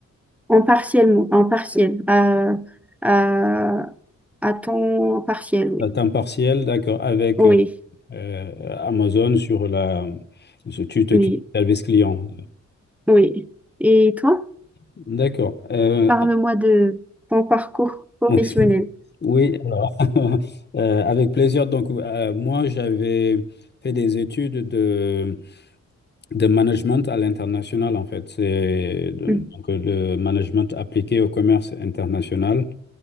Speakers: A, in the centre; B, on the left.
A: en partiel, mon- en partiel, à, à, à temps partiel, oui.
B: À temps partiel, d'accord, avec
A: Oui,
B: euh, euh, Amazon sur la... sur- Tu t'occupes
A: oui,
B: du service client.
A: oui. Et toi,
B: D'accord. Euh,
A: parle-moi de ton parcours professionnel.
B: <laughs> oui, alors, <laughs> euh, avec plaisir. Donc, euh, moi, j'avais fait des études de, de management à l'international, en fait. C'est de-
A: Mhm,
B: donc euh, le management appliqué au commerce international.